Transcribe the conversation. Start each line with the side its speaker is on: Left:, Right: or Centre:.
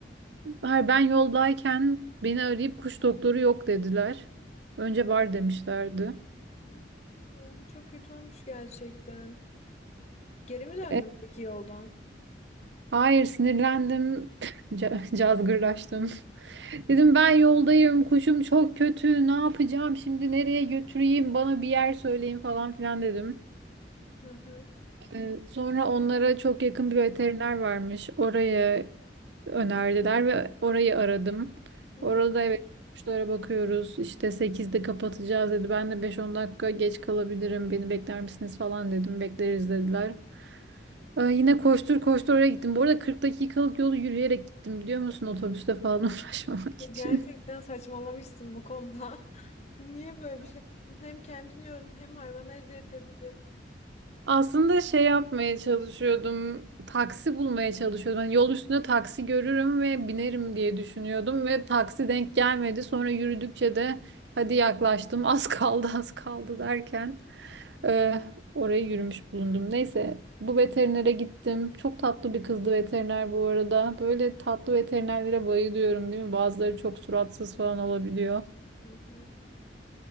Right: Hayır, ben yoldayken beni arayıp kuş doktoru yok dediler. Önce var demişlerdi.
Left: Hmm, o çok kötü olmuş gerçekten. Geri mi döndün
Right: E,
Left: peki yoldan?
Right: hayır sinirlendim. <laughs> Ca- Cazgırlaştım. Dedim ben yoldayım. Kuşum çok kötü. Ne yapacağım şimdi? Nereye götüreyim? Bana bir yer söyleyin falan filan dedim.
Left: Hı hı,
Right: E, sonra onlara çok yakın bir veteriner varmış. Oraya önerdiler ve orayı aradım.
Left: hı
Right: Orada
Left: hı.
Right: evet kuşlara bakıyoruz. İşte sekizde kapatacağız dedi. Ben de beş on dakika geç kalabilirim. Beni bekler misiniz falan dedim. Bekleriz dediler. Ee, yine koştur koştur oraya gittim. Bu arada 40 dakikalık yolu yürüyerek gittim biliyor musun? Otobüste falan <laughs> uğraşmamak için.
Left: Gerçekten saçmalamışsın bu konuda. <laughs> Niye böyle bir şey yaptın? Hem kendini yordun hem hayvana eziyet ettin.
Right: Aslında şey yapmaya çalışıyordum. Taksi bulmaya çalışıyordum. Hani yol üstünde taksi görürüm ve binerim diye düşünüyordum ve taksi denk gelmedi. Sonra yürüdükçe de hadi yaklaştım. Az kaldı, az kaldı derken e, oraya yürümüş bulundum. Neyse bu veterinere gittim. Çok tatlı bir kızdı veteriner bu arada. Böyle tatlı veterinerlere bayılıyorum değil mi? Bazıları çok suratsız falan olabiliyor.
Left: Hı hı.